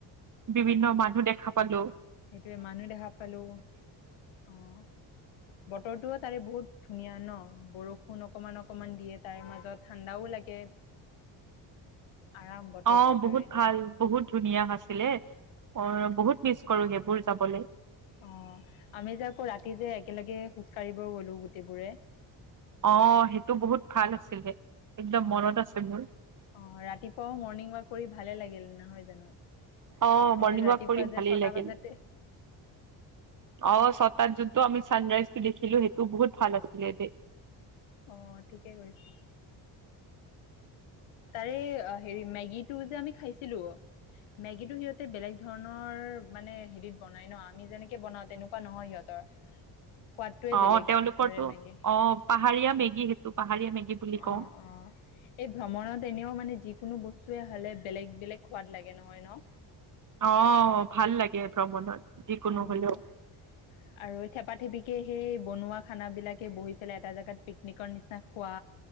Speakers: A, on the right (about 40°); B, on the left (about 75°).
A: বিভিন্ন মানুহ দেখা পালোঁ।
B: সেইটোৱে মানুহ দেখা পালোঁ, অ', বতৰটোও তাৰে বহুত ধুনীয়া ন বৰষুণ অকমান, অকমান দিয়ে তাৰ মাজত ঠাণ্ডায়ো লাগে। আৰাম বতৰটো
A: অ', বহুত
B: তাৰে
A: ভাল। বহুত ধুনীয়া আছিলে। অ', বহুত মিছ কৰো সেইবোৰ যাবলে।
B: অ', আমি যে আকৌ ৰাতি যে একেলগে খোজকঢ়িব গলো গোটেবোৰে।
A: অ', সেইটো বহুত ভাল আছিলে। একদম
B: অ',
A: মনত আছে মোৰ।
B: অ', ৰাতিপুৱাও মৰ্নিং ৱাক কৰি ভালে লাগিল নহয় জানো?
A: অ'
B: আমি
A: মৰ্ণিং
B: যে ৰাতিপুৱা
A: ৱাক কৰি ভালেই
B: যে ছটা
A: লাগিল।
B: বজাতে
A: অ', ছটাত জোনটো আমি ছানৰাইজটো দেখিলো সেইটো বহুত ভাল আছিলে দেই।
B: অ', ঠিকে কৈছা। তাৰে অ', হেৰি মেগী টো যে আমি খাইছ ছিলো। মেগীটো সিহঁতে বেলেগ ধৰণৰ মানে, হেৰিত বনাই ন আমি যেনেকে বনাওঁ তেনেকুৱা নহয় সিহঁতৰ। সোৱাদটোৱে
A: অ',
B: বেলেগ
A: তেওঁলোকৰটো,
B: তাৰে মেগী
A: অ', পাহাৰীয়া মেগী সেইটো। পাহাৰীয়া মেগী বুলি কওঁ।
B: অ', অ', এই ভ্ৰমণত এনেও মানে যি কোনো বস্তুৱে হ'লে বেলেগ বেলেগ সোৱাদ লাগে নহয় ন?
A: অ', ভাল লাগে ভ্ৰমণত। যিকোনো
B: অ',
A: হলেও
B: আৰু থেপা থেপি <unintelligible> সেই বনোৱা খানা বিলাকে বহিছিলে এটা জাগাত পিকনিকৰ নিচিনা খোৱা,